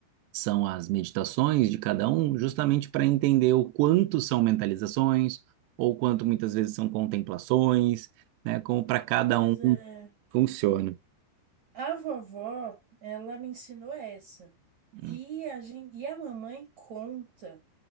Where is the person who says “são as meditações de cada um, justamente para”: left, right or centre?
Right